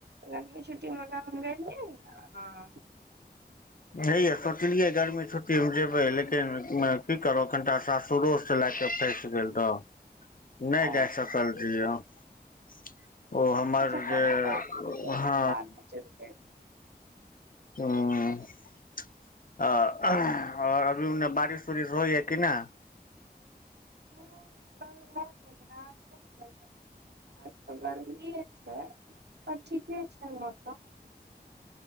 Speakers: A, on the right; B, on the left.
A: गरमि छुट्टी म गाम गे ल हॅं
B: नहि य सोचलियै गर्मी छुट्टी मे जेबै लेकिन की करो कनिटा सासुरो से लए के फसि गेल रहऽ नहि
A: ओ
B: जा सकल रहियै हम ओ हमर
A: अच्छा कोनो
B: जे हँ
A: बात छै
B: ह ह ह
A: बादमे चलतै
B: ह ओर अभी ओने बारिश उरिश होइ ह <unintelligible> कि नै
A: <unintelligible> आ तऽ गर्मिए छै ओर ठीके छै मौसम